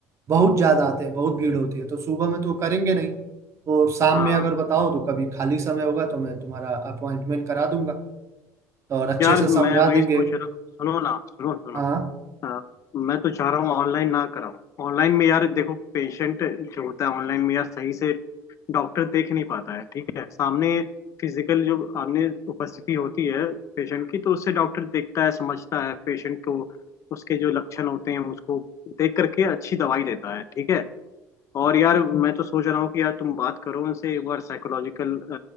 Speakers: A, on the right (about 40°); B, on the left (about 40°).
A: बहुत ज्यादा आते हैं बहुत भीड़ होती है तो सुबह में तो करेंगे नहीं तो शाम
B: हाँ
A: में अगर बताओ तो कभी खाली समय होगा तो मैं तुम्हारा अपॉइंटमेंट करा दूंगा तो और अच्छे
B: यार
A: से
B: मैं
A: समझा
B: वही
A: देंगे
B: सोच रहा सुनो ना सुनो सुनो
A: हाँ
B: हाँ, मैं तो चाह रहा हूँ ऑनलाइन ना कराऊं ऑनलाइन में यार देखो पेशेंट जो होता है ऑनलाइन में यार सही से डॉक्टर देख नहीं पाता है ठीक है सामने फिजिकल जो सामने उपस्थिति होती है पेशेंट की तो उससे डॉक्टर देखता है समझता है पेशेंट को उसके जो लक्षण होते हैं उसको देख करके अच्छी दवाई देता है ठीक है और यार मैं तो सोच रहा हूँ कि यार तुम बात करो उनसे एक बार साइकोलॉजिकल